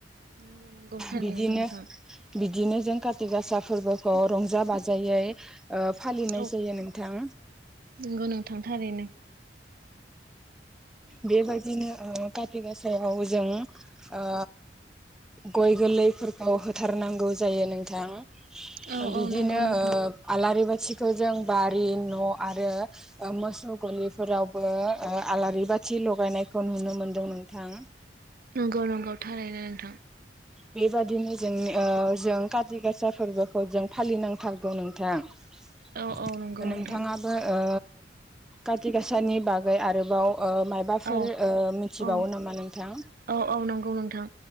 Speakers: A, on the right; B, in the centre.
A: नोंगौ नोंगौ थारैनो
B: बिदिनो
A: नोंथां
B: बिदिनो जों काति गासा फोरबोखौ रंजा बाजायै ओ‌ फालिनाय
A: औ
B: जायो नोंथां।
A: नंगौ नोंथां थारैनो
B: बेबायायदिनो ओ खाथि गासायाव जों ओ गय गोरलैफोरखौ होथारनांगौ जायो नोंथां
A: औ
B: ओ बिदिनो
A: औ नंगौ नोंथां
B: ओ आलारि बाथि खौ जों बारि न' आरो ओ मोसौ गलिफोरावबो आलारि बाथि थि लगायनायखौ नुनो मोन्दों नोंथां।
A: नंगौ नंगौ थारायनो नोंथां
B: बेबादिनो जों जों ओ काति गासा फोरबोखौ जों फालिनांथारगौ नोंथां
A: औ औ नंगौ नोंथां
B: नोंथाङाबो ओ काति गाासानि बागै आरोबाव ओ मायबाफोर
A: औ
B: ओ मिथिबावो
A: औ
B: नामा नोंथां?
A: औ औ नंगौ नोंथां